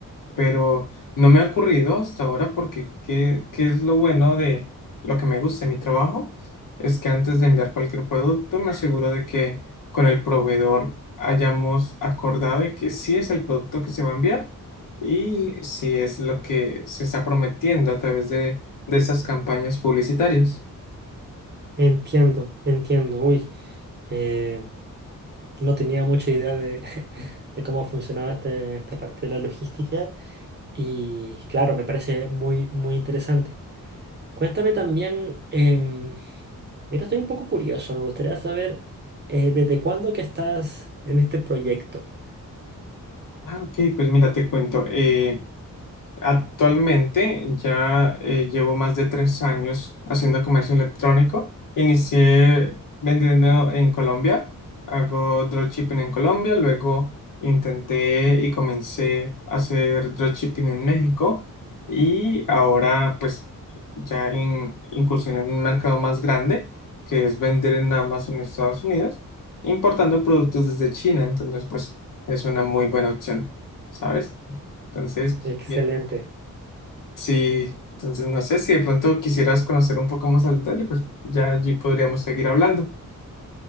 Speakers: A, on the left; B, on the right.
A: pero no me ha ocurrido hasta ahora porque qué, qué es lo bueno de lo que me gusta de mi trabajo, es que antes de enviar cualquier producto me aseguro de que con el proveedor hayamos acordado de que sí es el producto que se va a enviar y si es lo que se está prometiendo a través de, de esas campañas publicitarias.
B: Entiendo, entiendo. Uy, eh, no tenía mucha idea de, <laughs> de cómo funcionaba este- esta parte de la logística y claro, me parece muy, muy interesante. Cuéntame también, em, mira, estoy un poco curioso, me gustaría saber eh, desde cuándo que estás en este proyecto.
A: Ah, ok, pues mira, te cuento. eh, Actualmente ya eh, llevo más de tres años haciendo comercio electrónico. Inicié vendiendo en Colombia, hago dropshipping en Colombia, luego intenté y comencé a hacer dropshipping en México y ahora pues ya en, incursioné en un mercado más grande que es vender en Amazon en Estados Unidos, importando productos desde China. Entonces pues es una muy buena opción, ¿sabes? Entonces...
B: Excelente,
A: Sí, entonces no sé si de pronto quisieras conocer un poco más al detalle, pues ya allí podríamos seguir hablando.